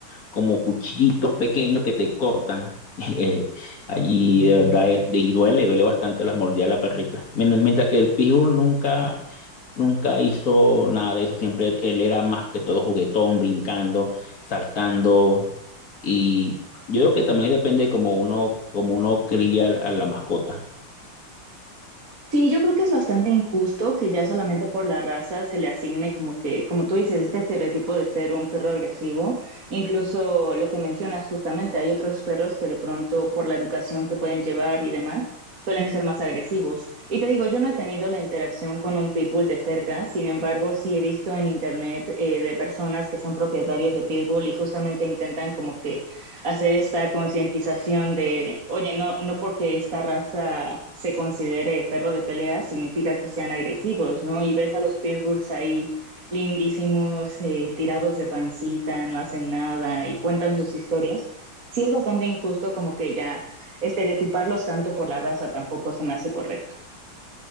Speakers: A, on the left (about 40°); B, on the right (about 40°).
A: como cuchillitos pequeños que te cortan. <laughs> Eh, allí de verdad es, y duele, duele bastante las mordidas de la perrita. Mien- Mientras que el pitbull nunca Nunca hizo nada de eso, siempre él era más que todo juguetón, brincando, saltando y yo creo que también depende como uno, como uno cría a la mascota.
B: Sí, yo creo que es bastante injusto que ya solamente por la raza se le asigne como que, como tú dices, este estereotipo de ser un perro agresivo. Incluso lo que mencionas justamente, hay otros perros que de pronto por la educación que pueden llevar y demás suelen ser más agresivos. Y te digo, yo no he tenido la interacción con un pitbull de cerca, sin embargo, sí he visto en internet eh, de personas que son propietarios de pitbull y justamente intentan como que hacer esta concientización de, oye, no, no porque esta raza se considere perro de pelea significa que sean agresivos, ¿no? Y ves a los pitbulls ahí lindísimos, eh, tirados de pancita, no hacen nada y cuentan sus historias. Sí es bastante injusto como que ya estereotiparlos tanto por la raza tampoco se me hace correcto.